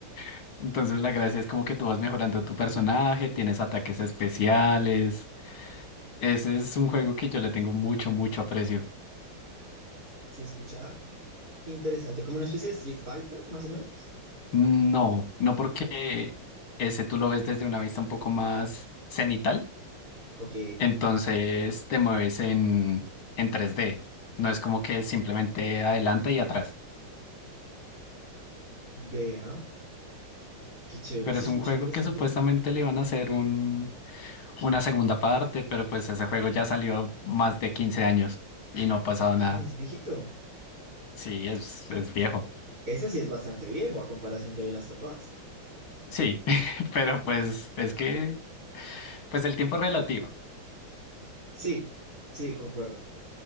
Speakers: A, on the left; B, on the right.
A: <laughs> Entonces la gracia es como que tú vas mejorando tu personaje, tienes ataques especiales. Ese es un juego que yo le tengo mucho, mucho aprecio.
B: Se escucha interesante, como una especie de Street Fighter, más o menos.
A: No, no porque ese tú lo ves desde una vista un poco más cenital,
B: Ok,
A: entonces te mueves en, en 3D. No es como que simplemente adelante y atrás.
B: vea, qué chévere,
A: Pero
B: se
A: es
B: escucha
A: un juego
B: interesante.
A: que supuestamente le iban a hacer un, una segunda parte, pero pues ese juego ya salió más de 15 años y no ha pasado
B: Ah,
A: nada.
B: es viejito.
A: Sí, es, es viejo.
B: Ese sí es bastante viejo a comparación de Last of Us.
A: Sí, <laughs> pero pues es que pues el tiempo es relativo.
B: Sí, sí, concuerdo.